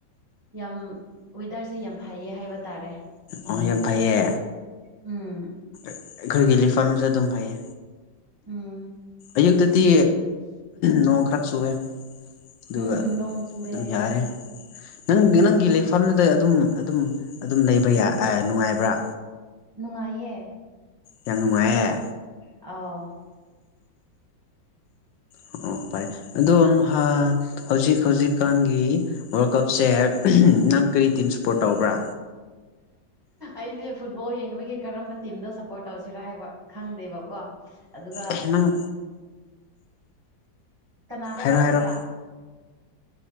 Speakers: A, on the right (about 15°); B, on the left (about 75°).
A: ꯌꯥꯝ ꯋꯦꯗꯔꯁꯦ ꯌꯥꯝ ꯐꯩꯌꯦ ꯍꯥꯏꯕ ꯇꯥꯔꯦ
B: ꯑꯣ ꯌꯥꯝ ꯐꯩꯌꯦ
A: ꯎꯝ
B: ꯑꯩꯈꯣꯏꯒꯤꯦꯂꯤ ꯂꯤꯐꯥꯝꯃꯤꯁꯨ ꯑꯗꯨꯝ ꯐꯩꯌꯦ
A: ꯎꯝ
B: ꯑꯌꯨꯛꯇꯗꯤ ꯅꯣꯡ ꯈꯔ ꯆꯨꯏꯦ ꯑꯗꯨꯒ
A: ꯎꯝ ꯅꯣꯡ ꯆꯨꯑꯦ
B: ꯑꯗꯨꯝ ꯌꯥꯔꯦ ꯅꯪ ꯅꯪꯒꯤ ꯂꯩꯐꯝꯗꯨꯗ ꯑꯗꯨꯝ ꯑꯗꯨꯝ ꯑꯗꯨꯝ ꯂꯩꯕ ꯌꯥ ꯅꯨꯡꯉꯥꯏꯕ꯭ꯔꯥ
A: ꯅꯨꯡꯉꯥꯏꯌꯦ
B: ꯌꯥꯝ ꯅꯨꯉꯥꯏꯌ
A: ꯑ
B: ꯑꯣ ꯐꯚꯥꯏ ꯑꯗꯣ ꯅꯍ ꯍꯧꯖꯤꯛ ꯍꯧꯖꯤꯛꯀꯥꯟꯒꯤ ꯋꯥꯔꯜ ꯀꯞꯁꯦ ꯅꯪ ꯀꯔꯤ ꯇꯤꯝ ꯁꯞꯄꯣꯔꯠ ꯇꯧꯕ꯭ꯔꯥ
A: ꯑꯩꯁꯦ ꯐꯨꯠꯕꯣꯜ ꯌꯦꯡꯅꯕꯒꯤ ꯀꯔꯝꯕ ꯇꯤꯝꯗꯣ ꯁꯞꯄꯣꯔꯠ ꯇꯧꯁꯤꯔꯥ ꯍꯥꯏꯕ ꯈꯪꯗꯦꯕꯀꯣ ꯑꯗꯨꯒ
B: ꯑꯦ ꯅꯪ
A: ꯀꯅꯥꯗ
B: ꯍꯥꯏꯔꯣ
A: ꯇꯧꯁꯤꯔꯥ
B: ꯍꯥꯏꯔꯣ